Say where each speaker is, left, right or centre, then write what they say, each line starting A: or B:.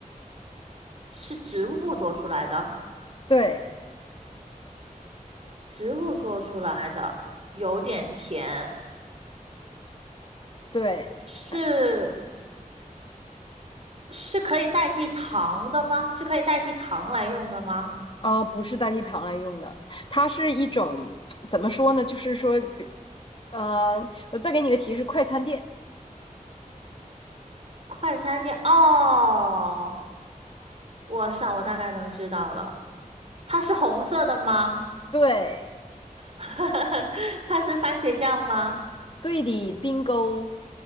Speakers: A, on the right; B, on the left.
A: 是植物做出来的。
B: 对
A: 植物做出来的，有点甜，
B: 对，
A: 是
B: 哎
A: 是可以代替糖的吗？是可以代替糖来用的吗？
B: 啊，不是代替糖来用的，它是一种怎么说呢？就是说，比呃，我再给你个提示，快餐店，
A: 快餐店哦，我想我大概能知道了，它是红色的吗？
B: 对
A: <laughs> 它是番茄酱吗？
B: 对的冰 i